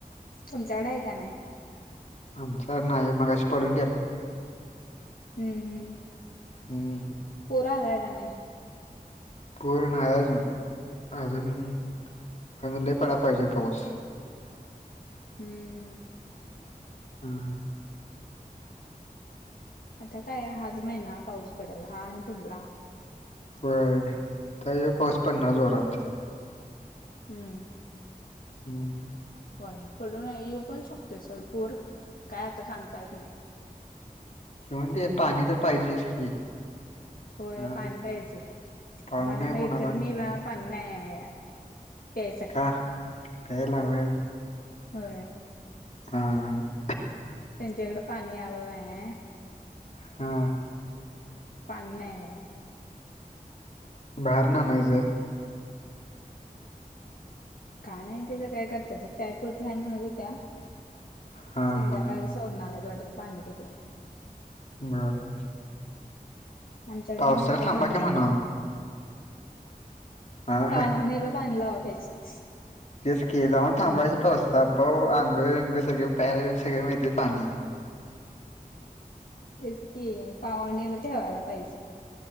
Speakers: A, on the left; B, on the left.
A: तुमच्याकडं हाय का नाही?
B: आमच्याकडं नाही, मगाशी पडून गेला.
A: हूं.. हूं..
B: हुं....
A: पूर आलाय का नाही?
B: पूर नाही अजून, अजून अजून लई पडाय पाहिजे पाऊस.
A: हूं.. हूं...
B: हा.. हा...
A: आता काय हाच महिना पाऊस पडल हा आणि पुढला.
B: होय त्यात ह्यो पाऊस पडणार जोरात.
A: हं.....
B: हा.. हा..
A: होय पडून येऊ पण शकतोय सोड पूर, काय आता सांगता येत नाही.
B: खरं म्हणजे पाणी तर पाहिजेच की,
A: होय
B: हा
A: पाणी पाहिजे आता
B: पाणी
A: माझ्या
B: नाही
A: मैतरनीला
B: कोणाला इथं
A: - पाणी नाही हाया या प्यायसाठी,
B: का प्यायला होय
A: होय.
B: हा.. हा....
A: त्यांच्याकड पाणी आलं नाय
B: हा....
A: पाणी नाय य ये -
B: बाहेरण आनायच
A: काय माहितीच काय करत प्यायपुरत आहे म्हणत होत्या
B: हा
A: संध्याकाळी-
B: हा
A: सोडणार आहेत पाणी तिकडं
B: बरं....
A: आमच्याकड
B: पावसाला
A: पण येतय
B: थांबा
A: बाणी-
B: की म्हणावं हा
A: पाहुणेला पाणी लावा पाहिजे.
B: तेच कीं जाऊन थांबायचं पावस्ताप अंग बिंग सगळे प्यायला सगळ मिळतेय पाणी.
A: तेच की पावणीला ठेवायला पाहिजे.